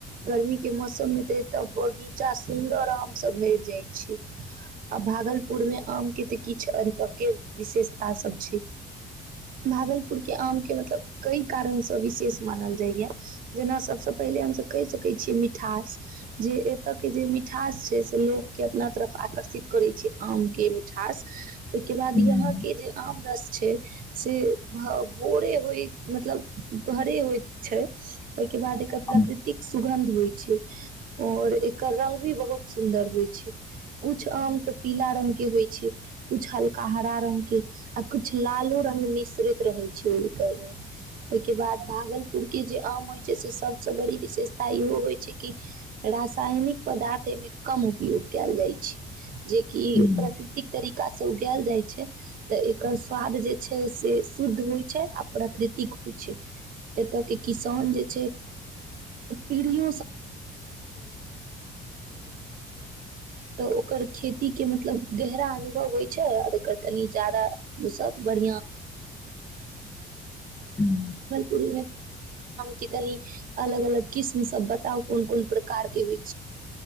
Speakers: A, on the right; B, on the left.
A: गर्मी के मौसम मे तऽ एत बगीचा सुन्दर आम सब भरि जाइ छै आ भागलपुर मे आम के तऽ किछु अ के विशेषता सब छै भागलपुर के आम के मतलब कई कारणसँ विशेष मानल जाइया। जेना सभसँ पहिले हमसभ कहि सकै छियै मिठास जे एतयके जे मिठास छै से लोकके अपना तरफ आकर्षित करै छै आमके मिठास ओहिके बाद
B: हूँ
A: यहाँके जे आम रस छै से भ भोरे होय मतलब भरे होइत छै। ओहिके बाद एकर प्रकृतिक
B: हूँ
A: सुगंध होइ छै और एकर रंग भी बहुत सुन्दर होइ छै कुछ आम तऽ पीला रंग के होइ छै कुछ हल्का हरा रंग के आ कुछ लालो रंगग मिश्रित रहे छै मे ओहिके बाद भागलपुर के जे आम हो सबस बड़ी विशेषता इहो होइ छै कि रसायनिक पदार्थ एहिमे कम उपयोग कयल जाइ छै। जेकी
B: हूँ
A: प्रकृतिक तर ु्का से उगायल जाय छै तऽ एकर स्वाद जे छै से शुद्ध होइ छै आ प्रकृतिक होइ छै एतय के किसान जे खब रहल ओ ख मतब गहरा अ होइ छै जा ओ बढ़
B: हूँ।
A: भुर के कनि अलग अलग किस्म सब बताउ कोन कोन प्रकार के होइ